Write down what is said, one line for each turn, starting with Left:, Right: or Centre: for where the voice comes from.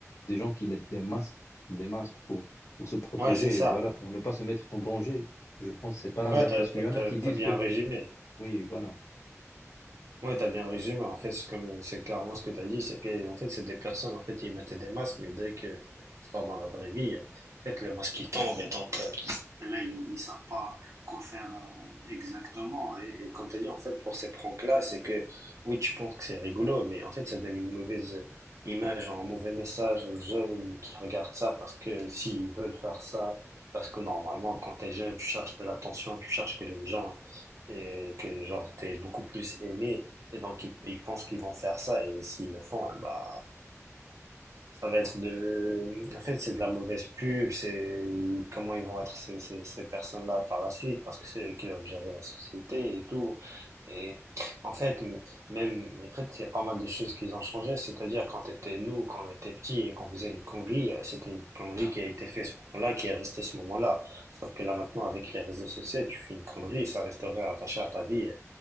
Left: des gens qui mettent des masques, des masques pour, pour se protéger,
Right: Ouais, c'est ça.
Left: euh, voilà, pour ne pas se mettre en danger. Je pense que c'est pas l'inverse,
Right: Ouais, t'as,
Left: parce
Right: t'as,
Left: qu'il y en
Right: t'as,
Left: a qui
Right: t'as
Left: disent
Right: bien
Left: que,
Right: résumé.
Left: oui, voilà.
Right: Ouais, t'as bien résumé. En fait, c'est comme, c'est clairement ce que t'as dit. C'est que, en fait, c'est des personnes, en fait, ils mettaient des masques, mais dès qu'ils sortent dans la vraie vie, euh, en fait, le masque, il tombe, et donc, euh, là, ils, ils savent pas quoi faire, euh, exactement. Et, et comme t'as dit, en fait, pour ces pranks-là, c'est que, oui, tu penses que c'est rigolo, mais en fait, ça donne une mauvaise image, un mauvais message aux jeunes qui regardent ça, parce que s'ils veulent faire ça, parce que normalement, quand t'es jeune, tu cherches de l'attention, tu cherches que les gens, et que, genre, t'es beaucoup plus aimé, et donc, ils, ils pensent qu'ils vont faire ça, et s'ils le font, bah, ça va être de... En fait, c'est de la mauvaise pub, c'est comment ils vont être ces, ces, ces personnes-là par la suite, parce que c'est eux qui doivent gérer la société et tout. Et en fait, m- même, en fait, il y a pas mal de choses qui ont changé, c'est-à-dire quand était nous, quand on était petits et qu'on faisait une connerie, euh, c'était une connerie qui a été faite ce moment-là, qui est restée ce moment-là. Sauf que là, maintenant, avec les réseaux sociaux, tu fais une connerie, ça resterait attaché à ta vie